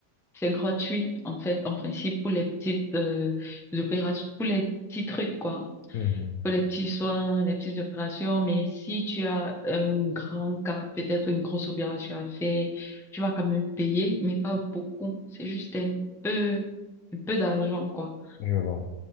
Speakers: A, in the centre; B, on the left.
A: c'est gratuit, en fait, en principe, pour les petites, euh, opérations, pour les petits trucs, quoi,
B: Mhm.
A: pour les petits soins, les petites opérations, mais si tu as un grand cas, peut-être une grosse opération à faire, tu vas quand même payer, mais pas beaucoup, c'est juste un peu, un peu d'argent, quoi.
B: Je vois.